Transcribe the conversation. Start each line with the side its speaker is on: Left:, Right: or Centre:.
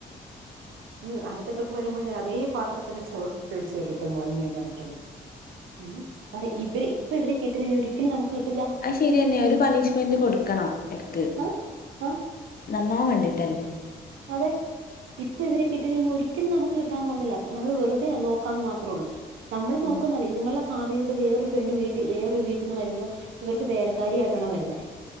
Right: ഇഞ് അട്ത്ത ട്രിപ്പ് ‌വരുമ്പഴും ഞാന് അതേ പാത്രത്ത്ല് ചോറ് ഇട്ത്ത് വേച്ചരുട്ടൊ മോനേന്ന് പറഞ്ഞിട്ടുണ്ട് ഉ പറി ഇവര് ഇപ്പ ഇവരെ കിട്ടികഴ്ഞ്ഞാ ഒരിക്കലും നമുക്ക് കിട്ടില്ല
Left: അത് ശെരിയെന്നെ ഒരു പണിഷ്മെന്റ് കൊടുക്കണം എട്ക്ക്
Right: ആഹ് ആഹ്
Left: നന്നാവാൻ വേണ്ടീട്ടല്ലേ
Right: അതെ ഇപ്പൊ ഇവരെ കിട്ടി ട്ടി ഇഞ് ഒരിക്കലും നമുക്ക് കിട്ടാൻ പോകുന്നില്ല നമ്മൾ വെറുതെ നോക്കാന്ന് മാത്രൊള്ളൂ നമ്മള് നേക്കൊന്നല്ല.
Left: ഉം
Right: ഇത്‌ നിങ്ങളെ ഭവിയിലോട്ട് വേറെരു പെണ്ണ്‌വീട്ടി വേറൊര് വീട്ട്ന്ന് വരുമ്പൊ ഇവർക്ക് വേലക്കാരിയായിട്ടാണോ വരുന്നെ